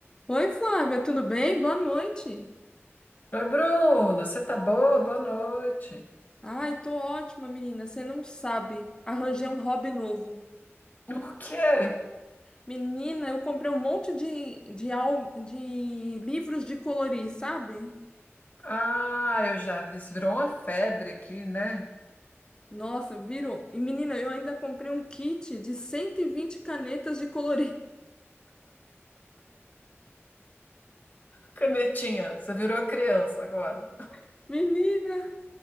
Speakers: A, on the left; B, on the left.
A: Oi, Flávia, tudo bem? Boa noite.
B: Oi, Bruno, você tá boa? Boa noite.
A: Ai, tô ótima, menina. Você não sabe. Arranjei um hobby novo.
B: O quê?
A: Menina, eu comprei um monte de, de, al- de livros de colorir, sabe?
B: Ah, eu já vi. Isso virou uma febre aqui, né?
A: Nossa, virou. E, menina, eu ainda comprei um kit de 120 canetas de colorir.
B: Canetinha, você virou criança agora.
A: <laughs> Menina,